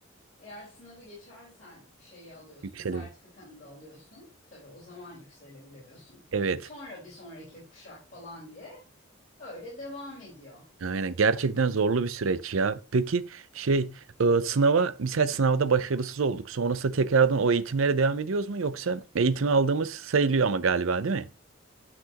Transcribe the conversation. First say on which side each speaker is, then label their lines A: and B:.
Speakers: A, on the left (about 35°); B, on the right (about 75°).
A: Eğer sınavı geçersen şeyi alıyorsun,
B: Yükselebilir.
A: sertifikanı da alıyorsun. Tabii o zaman yükselebiliyorsun.
B: Evet.
A: Sonra bir sonraki kuşak falan diye öyle devam ediyor.
B: Aynen gerçekten zorlu bir süreç ya. Peki şey e, sınava misal sınavda başarısız olduk. Sonrasında tekrardan o eğitimlere devam ediyoruz mu yoksa eğitimi aldığımız sayılıyor ama galiba değil mi?